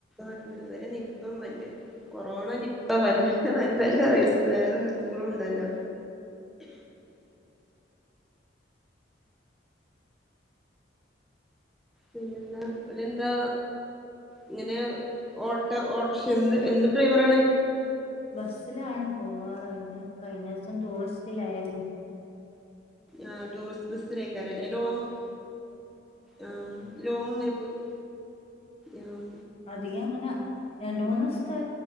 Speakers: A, in the centre; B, on the left.
A: ണ്ട് ഇതുവരെ നിപ്പം മറ്റേ കൊറോണ നിപ്പ പ്പലല പല പല വേറെ ഹത്ത്കളും ഉണ്ടല്ലോ പിന്നെന്താ ഓലെന്താ ഇങ്ങനെ ഓട്ടോ ഓട്ടർഷൻ്റെ എന്ത് എന്ത് ഡ്രൈവറാണ്
B: ബസ്സിലാണ് പോവാർ പിന്നെ കഴിഞ്ഞ ദിസം ടൂറിസ്റ്റിലായിരുന്നു
A: ആ ടൂറിസ്റ്റ് ബസ്സിലേക്കാരല്ലേ ലോങ്ങും ആ ലോങ് ങ്ങനെ പോവും ആഹ്
B: അധികം അങ്ങനെ രണ്ട് മൂന്ന് ദിവസത്തെ